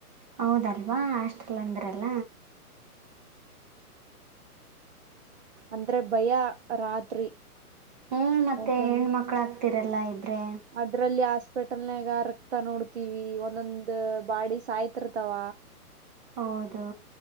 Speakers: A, on the right; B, on the right.
A: ಹೌದಲ್ವಾ ಹಾಸ್ಟೆಲ್ ಅಂದ್ರಲ್ಲ
B: ಅಂದ್ರೆ ಭಯ ರಾತ್ರಿ
A: ಹೂ ಮತ್ತೆ
B: ಒಂದೊಂದ್
A: ಹೆಣು್ಮಕ್ಳುಾಗ್ತಿರಲ್ಲ ಇಬ್ರೇ
B: ಅದ್ರಲ್ಲಿ ಹಾಸ್ಪಿಟಲ್ನಾಗ ರಕ್ತ ನೋಡ್ತಿವಿ ಒಂದೊಂದ್ ಬಾಡಿ ಸಾಯ್ತಿರ್ತಾವ
A: ಹೌದು